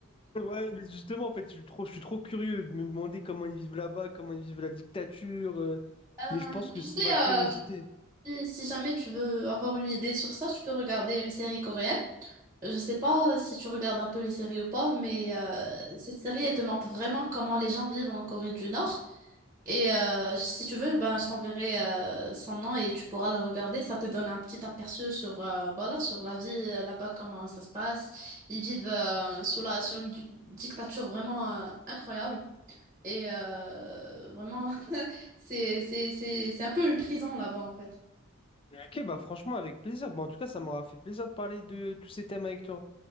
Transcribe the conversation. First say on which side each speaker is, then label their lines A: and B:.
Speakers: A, on the left; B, on the right.
A: Ouais, mais justement, en fait, je suis trop, je suis trop curieux de me demander comment ils vivent là-bas, comment ils vivent la dictature. euh,
B: Euh,
A: et je pense que
B: tu
A: c'est
B: sais,
A: ma curiosité.
B: euh, si si jamais tu veux avoir une idée sur ça, tu peux regarder une série coréenne. Je sais pas si tu regardes un peu les séries ou pas, mais euh, cette série, elle te montre vraiment comment les gens vivent en Corée du Nord. Et euh, si tu veux, ben, je t'enverrai euh, son nom et tu pourras le regarder. Ça te donne un petit aperçu sur, euh, voilà, sur la vie euh, là-bas, comment ça se passe. Ils vivent euh, sous la, sous une di- dictature vraiment euh, incroyable. Et euh, vraiment, <laughs> c'est, c'est, c'est, c'est un peu une prison là-bas, en fait.
A: Ok, bah franchement, avec plaisir. Bah, en tout cas, ça m'aura fait plaisir de parler de tous ces thèmes avec toi.